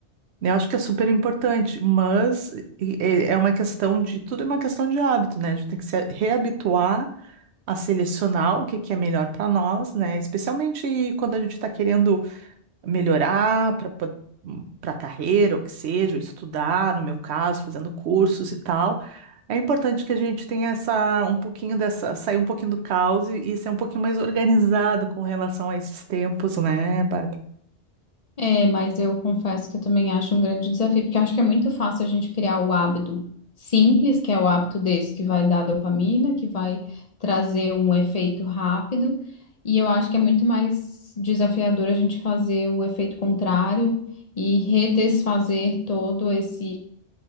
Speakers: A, on the right; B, on the left.
A: Eu acho que é super importante, mas e- e- é uma questão de, tudo é uma questão de hábito, né? A gente tem que se reabituar a selecionar o que que é melhor para nós, né? Especialmente quando a gente está querendo melhorar para para carreira, ou que seja, ou estudar, no meu caso, fazendo cursos e tal. É importante que a gente tenha essa um pouquinho dessa, sair um pouquinho do caos e, e ser um pouquinho mais organizado com relação a esses tempos, né, Bárbara?
B: É, mas eu confesso que eu também acho um grande desafio, porque eu acho que é muito fácil a gente criar o hábito simples, que é o hábito desse que vai dar dopamina, que vai trazer um efeito rápido, e eu acho que é muito mais desafiador a gente fazer o efeito contrário e redesfazer todo esse